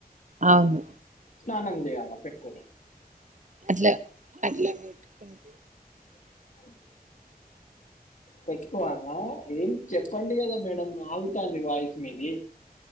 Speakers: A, on the right; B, on the left.
A: అవును
B: స్నానం జేయాల పెట్టుకొని
A: అట్లా అట్లా పెట్టుకుంటే
B: అ పెట్టుకోవాల ఏం చెప్పండి కదా మేడం ఆగుతాంది వాయిస్ మీది